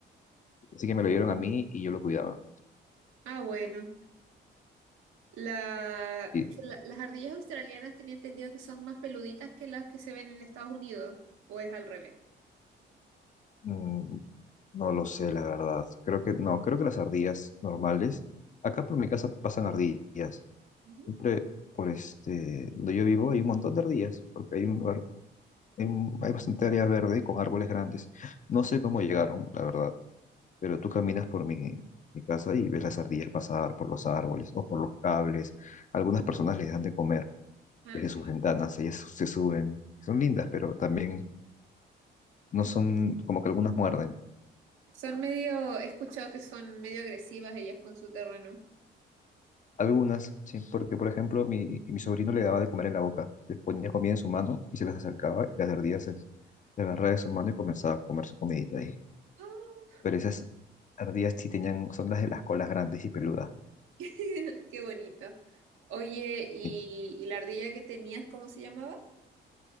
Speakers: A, on the left; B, on the right.
A: así que me lo dieron a mí y yo lo cuidaba.
B: Ah, bueno. La-
A: Sí.
B: la- las ardillas australianas tenía entendido que son más peluditas que las que se ven en Estados Unidos, o es al revés.
A: Mm, no lo sé, la verdad. Creo que no, creo que las ardillas normales, acá por mi casa pasan ardillas.
B: Ujú.
A: Siempre por este, donde yo vivo hay un montón de ardillas, porque hay un lugar, hay, un- hay bastante área verde con árboles grandes. No sé cómo llegaron, la verdad, pero tú caminas por mi, mi casa y ves las ardillas pasar por los árboles o por los cables. Algunas personas les dan de comer
B: Ah,
A: desde sus
B: claro.
A: ventanas, ellas se suben. Son lindas, pero también no son como que algunas muerden.
B: Son medio, he escuchado que son medio agresivas ellas con su terreno.
A: Algunas, sí, porque por ejemplo mi, mi sobrino le daba de comer en la boca, le ponía comida en su mano y se las acercaba y las ardillas se, le agarraba de su mano y comenzaba a comer su comidita ahí.
B: Ah,
A: Pero esas ardillas sí tenían, son las de las colas grandes y peludas.
B: <laughs> Qué bonito. Oye, ¿y,
A: Sí.
B: y la ardilla que tenías, cómo se llamaba?